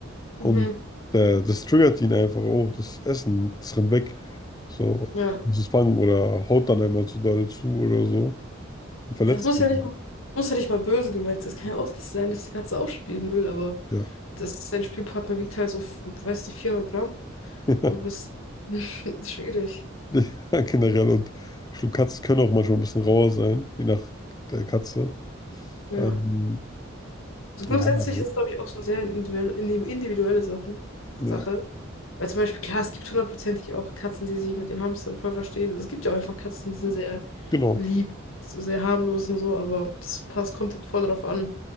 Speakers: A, on the left; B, on the left.
A: Und
B: Mhm.
A: der, das triggert ihn einfach, oh, das Essen, das rennt weg. So,
B: Ja.
A: ich muss es fangen oder haut dann einmal zu doll zu oder so und verletzt
B: Ja, es muss ja
A: ihn.
B: nicht, es muss ja nicht mal böse gemeint sein. Es kann ja auch das sein, dass die Katze auch spielen will, aber
A: Ja.
B: das, sein Spielpartner wiegt halt so, weiß nicht, 400 Gramm.
A: <laughs>
B: So, das <laughs> ist schwierig.
A: <laughs> Ja, generell. Und ich glaube, Katzen können auch manchmal ein bisschen rauer sein, je nach der Katze.
B: Ja.
A: Ähm,
B: Also grundsätzlich
A: ja, also,
B: ist es, glaube ich, auch so eine sehr individuelle, indi- individuelle Sachen,
A: ja,
B: Sache. Weil zum Beispiel, klar, es gibt hundertprozentig auch Katzen, die sich mit den Hamstern voll verstehen. Also es gibt ja auch einfach Katzen, die sind sehr
A: genau.
B: lieb, so sehr harmlos und so, aber das passt, kommt jetzt voll drauf an.